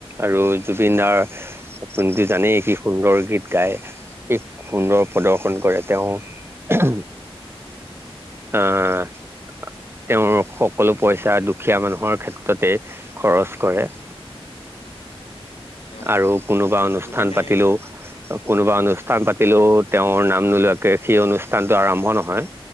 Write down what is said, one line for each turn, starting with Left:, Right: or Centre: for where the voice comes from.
Right: আৰু জুবিনদাৰ আপুনিতো জানেই কি সুন্দৰ গীত গায়। কি সুন্দৰ প্ৰদৰ্শন কৰে তেওঁ অহ তেওঁৰ সকলো পইচা দুখীয়া মানুহৰ ক্ষেত্ৰতে খৰচ কৰে। <inaudible>
Left: হয়।
Right: আৰু কোনোবা অনুষ্ঠান
Left: জুবিন দাই
Right: পাতিলেও কোনোবা অনুষ্ঠান পাতি থাকিলো তেওঁৰ নাম নোলোৱাকে সেই অনুষ্ঠানতটো আৰম্ভ নহয়